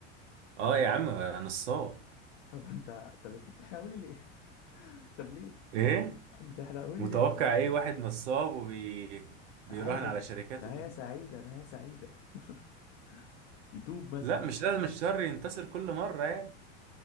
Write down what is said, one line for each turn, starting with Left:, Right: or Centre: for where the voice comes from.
Right: اه يا عم أنا نصاب
Left: طب انت طب انت بتحرقهولي ليه <laughs> طب ليه
Right: ايه
Left: يا عم بتحرقهولي
Right: متوقع
Left: ليه طب
Right: ايه واحد نصاب وبي بيراهن
Left: عادي
Right: على شركات
Left: نهاية سعيدة نهاية سعيدة <laughs> يتوب مثلا
Right: لا مش لازم الشر ينتصر كل مرة يعني